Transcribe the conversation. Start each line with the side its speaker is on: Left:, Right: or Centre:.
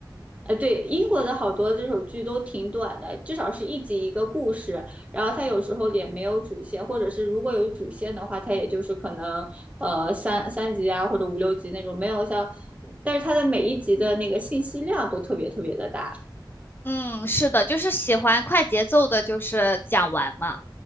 Right: 哎，对，英国的好多这种剧都挺短的，至少是一集一个故事，然后它有时候也没有主线，或者是如果有主线的话，它也就是可能呃三三集啊或者五六集那种，没有像，但是它的每一集的那个信息量都特别特别的大。
Left: 嗯，是的，就是喜欢快节奏的，就是讲完嘛。